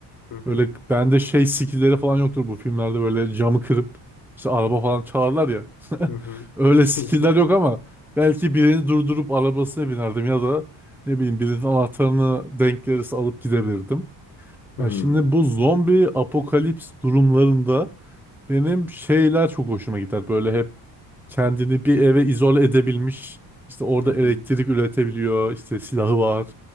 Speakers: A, on the left (about 50°); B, in the centre.
A: Hı hı.
B: Böyle bende şey skillleri falan yoktur bu filmlerde böyle camı kırıp işte araba falan çalarlar ya. <laughs>
A: Hı hı.
B: Öyle skiller
A: <laughs>
B: yok ama belki birini durdurup arabasına binerdim ya da ne bileyim birinin anahtarını denk gelirse alıp gidebilirdim.
A: Hı
B: Ya
A: hı.
B: şimdi bu zombi apokalips durumlarında benim şeyler çok hoşuma gider. Böyle hep kendini bir eve izole edebilmiş. işte orada
A: Hı hı.
B: elektrik üretebiliyor, işte silahı var.